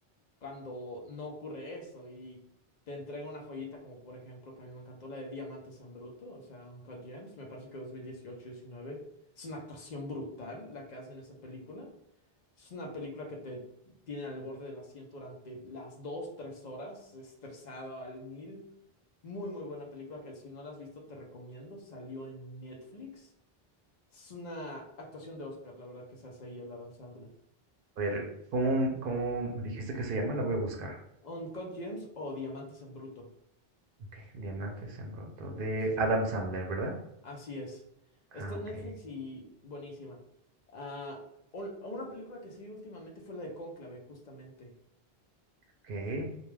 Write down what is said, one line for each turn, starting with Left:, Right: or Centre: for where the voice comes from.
Left: cuando no ocurre eso y te entrega una joyita como por ejemplo que a mí me encantó la de Diamantes en Bruto, o sea, Uncut Gems, me parece que dos mil dieciocho diecinueve es una actuación brutal la que hace en esa película. Es una película que te tiene al borde del asiento durante las dos, tres horas, estresado al mil. Muy, muy buena película que si no la has visto te recomiendo. Salió en Netflix. Es una actuación de Oscar, la verdad, que se hace ahí el Adam Sandler.
Right: A ver, ¿cómo, cómo me dijiste que se llama? La voy a buscar.
Left: Uncut Gems o Diamantes en Bruto.
Right: Ok, Diamantes en Bruto de
Left: Sí.
Right: Adam Sandler, ¿verdad?
Left: Así es.
Right: Ah,
Left: Está en
Right: ok,
Left: Netflix y buenísima. Ah, un- una película que sí vi últimamente fue la de Cónclave, justamente.
Right: ok.